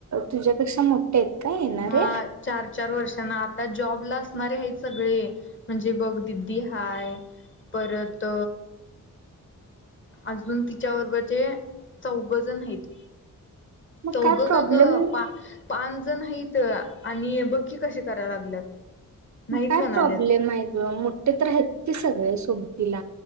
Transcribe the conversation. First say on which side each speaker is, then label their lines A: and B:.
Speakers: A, on the right; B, on the left.
A: तुझ्यापेक्षा मोठे आहेत काय येणारे
B: हा चार चार वर्षांना आता जॉब ला अस े आहेत सगळे म्हणजे बघ दिदी हाय परत अजून तिच्याबरोबरचे चौघ जण आहेत
A: मग
B: तौघं
A: काय प्रॉब्लेम
B: का ग पाच जण आहेत तर आणि बघकी कसे करा लागल्यात नाहीच
A: काय
B: म्हणाल्यात
A: प्रॉब्लेम आहे ग मोठे तर आहेत की सगळे सोबतीला